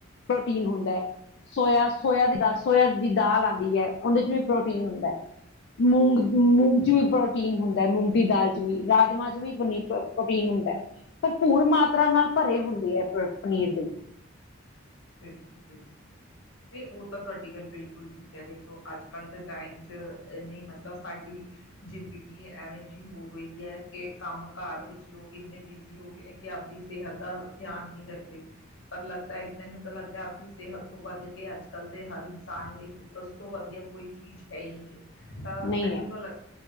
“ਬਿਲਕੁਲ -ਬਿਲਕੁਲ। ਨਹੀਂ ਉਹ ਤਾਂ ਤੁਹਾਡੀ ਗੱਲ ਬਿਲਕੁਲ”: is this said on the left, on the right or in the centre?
Left